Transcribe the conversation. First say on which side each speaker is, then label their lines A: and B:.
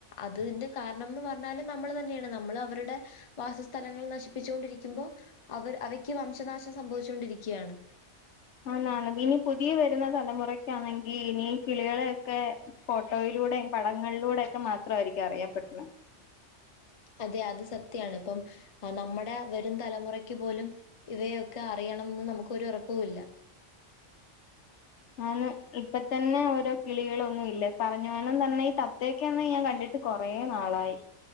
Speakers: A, on the left (about 35°); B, on the left (about 70°).
A: അത് ത്‌തിന്റെ കാരണം എന്ന് പറഞ്ഞാലും നമ്മൾ തന്നെയാണ് നമ്മൾ അവരുടെ വാസസ്ഥലങ്ങൾ നശിപ്പിച്ചു കൊണ്ടിരിക്കുമ്പോ അവർ അവയ്ക്ക് വംശനാശം സംഭവിച്ച് കൊണ്ടിരിക്കാണ്
B: ആണ് ആണ് ഇനി പുതിയ വരുന്ന തലമുറക്കാണെങ്കി ഇനി കിളികളെയൊക്കെ ഫോട്ടോയിലൂടെയ് പടങ്ങളിലൂടെയൊ ക്കെ മാത് ത്രായിരിക്ക അറിയാൻ പെട്ണ്
A: അതെ അത് സത്യാണ് ഇപ്പം നമ്മടെ വരും തലമുറക്ക് പോലും ഇവയൊക്കെ അറിയണംന്ന് നമുക്കൊരു ഉറപ്പൂല്ല
B: ആഹ് ഇപ്പ തന്നെ ഓരോ കിളികളൊന്നും ഇല്ല പറഞ്ഞ പോലെ തന്നെ ഈ തത്തയൊക്കെ തന്നെ ഞാൻ കണ്ടിട്ട് കൊറേ നാളായി